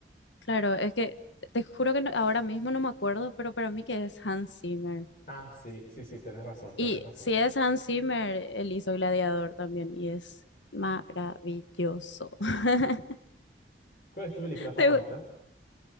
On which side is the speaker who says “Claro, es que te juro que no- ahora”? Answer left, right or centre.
Left